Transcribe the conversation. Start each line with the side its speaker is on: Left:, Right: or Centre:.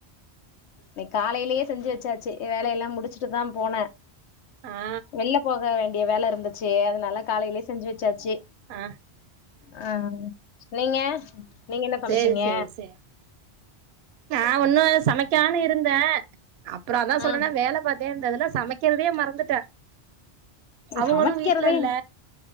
Left: னே காலைலயே செஞ்சு வச்சாச்சு வேல எல்லா முடிச்சிட்டு தா போன
Right: ஆ
Left: வெள்ள போக வேண்டிய வேல இருந்துச்சு அதனால காலைலயே செஞ்சு வச்சாச்சி
Right: ஆ
Left: ஆ நீங்க நீங்க என்ன சமைச்சீங்க
Right: சேரி சேர் சே நா ஒன்னு சமைக்கானு இருந்த அப்றோ அதா சொல்றேன்னே
Left: ம்
Right: வேல பாத்தே இருந்ததுல்ல சமைக்கிறதே மறந்துட்ட அவங்களு
Left: சமைக்கிறதே
Right: வீட்ல இல்ல